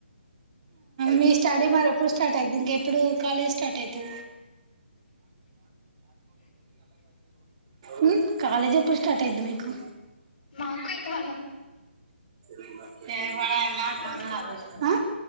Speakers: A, on the right; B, on the left.
A: మీ స్టడీ మరెఎప్పుడు స్టార్ట్ అయిధీ ఇంకెప్పుడు కాలేజ్ స్టార్ట్ తెలీదు హ్మ్ కాలేజ్ ఎప్పుడు స్టార్ట్ అయిది మీకు
B: మాకు ఇంక వన్
A: <unintelligible>
B: మంత్
A: ఆ